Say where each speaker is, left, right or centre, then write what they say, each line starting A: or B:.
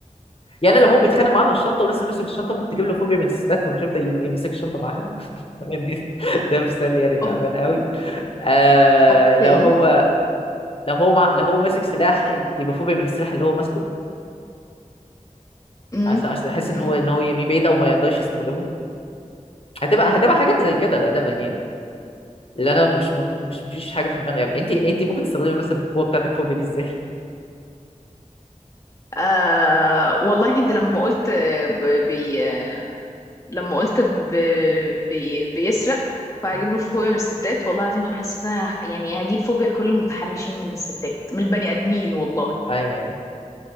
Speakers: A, on the left (about 45°); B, on the left (about 25°).
A: يعني لو هو بيتخانق معاها في الشنطه ولسه ماسك الشنطه ممكن تجيب له فوبيا من الستات فمش هيفضل يم- يمسك الشنطه معاها <laughs> لأن دي- ده مثال يعني تعبان
B: أوك-
A: قوي آه...
B: اوكي
A: لو هو لو هو مع... لو هو ماسك سلاح يبقى فوبيا من السلاح اللي هو ماسكه
B: امم
A: عشان عشان يحس
B: امم
A: ان هو ان هو يمي بعيد او ما يقدرش يستخدمه هتبقى هتبقى حاجات زي كده غالبا يعني اللي انا مش مت... مش مفيش حاجه في دماغي قوي انت انت ممكن تستخدمي مثلا القوه بتاعت الفوبيا دي ازاي
B: آه والله انت لما قلت ب- بي لما قلت ب... بي... بيسرق
A: <laughs>
B: فهجيب له فوبيا من الستات والله العظيم حسيت ان انا ه- يعني هجيب فوبيا لكل المتحرشين من الستات من البني ادمين والله
A: اي يعني